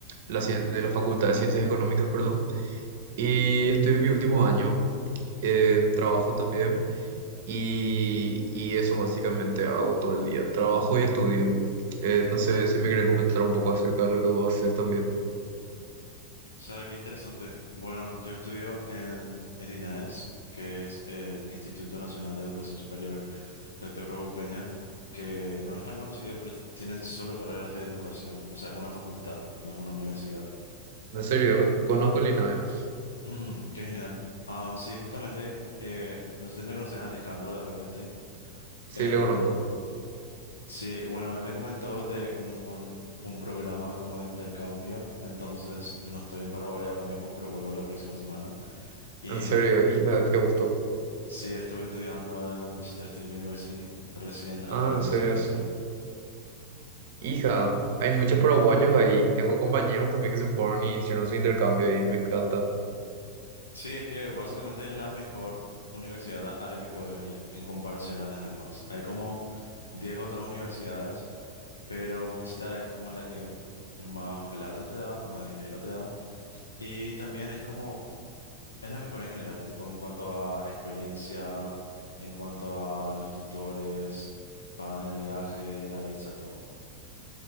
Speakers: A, on the right; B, on the left.
A: la cien- de la Facultad de Ciencias Económicas, perdón. Y estoy en mi último año. Eh, trabajo también. Y, y eso básicamente hago todo el día, trabajo y estudio. Eh, no sé si me querés comentar un poco acerca de lo que vos haces también.
B: O sea, qué interesante. Bueno, yo estudio en el INAES, que es el Instituto Nacional de Educación Superior, Doctor Raúl Peña, que no es tan conocido, pero tiene solo carreras de educación. O sea, es una facultad, no es una universidad.
A: En serio, conozco a Linares.
B: Mm, qué genial. Am, sí, justamente, eh, no sé si le conoces a Alejandro de repente.
A: Sí,
B: Él,
A: le conozco.
B: sí, bueno, él me comentó de un, un programa como de intercambio. Entonces, no estoy en Paraguay ahora mismo, pero vuelvo la próxima semana. Y
A: En serio, hija, qué gusto.
B: Sí, estuve estudiando en Wichita State University. Recién acabé
A: Ah, en
B: mi
A: serio.
B: semestre.
A: es- Hija, hay muchos paraguayos ahí. Tengo compañeros también que se fueron y hicieron su intercambio ahí, me encanta.
B: Sí, es que básicamente es la mejor universidad a a la que puedes venir en comparación a las demás. Hay como 10 otras universidades, pero Wichita es como la que más plata te da, más dinero te da. Y también es como, es la mejor en general, tipo en cuanto a experiencia, en cuanto a los tutores, pagan el viaje, la visa, todo.